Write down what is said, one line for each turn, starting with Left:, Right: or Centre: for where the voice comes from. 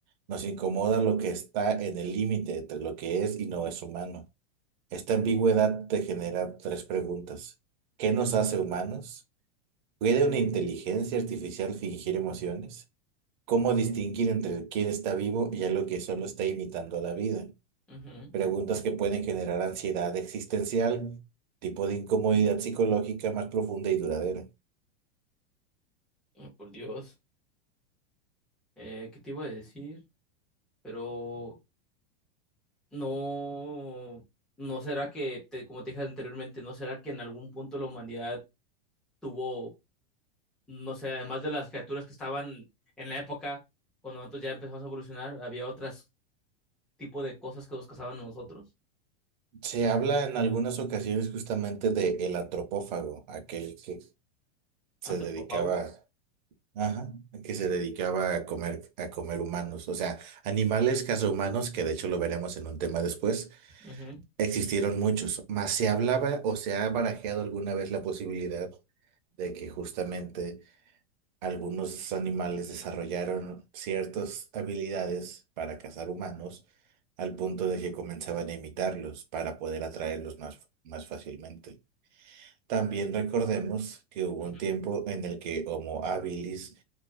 Right: Nos incomoda lo que está en el límite entre lo que es y no es humano. Esta ambigüedad te genera tres preguntas. ¿Qué nos hace humanos? ¿Puede una inteligencia artificial fingir emociones? ¿Cómo distinguir entre quién está vivo y algo que solo está imitando a la vida?
Centre: Ujú.
Right: preguntas que pueden generar ansiedad existencial, tipo de incomodidad psicológica más profunda y duradera.
Centre: Oh, Por Dios. Eh, ¿qué te iba a decir? Pero no, no será que, te- como te dije anteriormente, no será que en algún punto la humanidad tuvo no sé, además de las criaturas que estaban en la época, cuando nosotros ya empezamos a evolucionar, había otros tipo de cosas que nos cazaban a nosotros,
Right: Se habla en algunas ocasiones justamente de el antropófago, aquel que se
Centre: antropófagos.
Right: dedicaba, ajá, que se dedicaba a comer, a comer humanos, o sea, animales humanos, que de hecho lo veremos en un tema después,
Centre: Ujú,
Right: existieron muchos, mas se hablaba o se ha barajeado alguna vez la posibilidad de que justamente Algunos animales desarrollaron ciertas habilidades para cazar humanos al punto de que comenzaban a imitarlos para poder atraerlos más, más fácilmente. También recordemos que hubo
Centre: ujú.
Right: un tiempo en el que Homo habilis,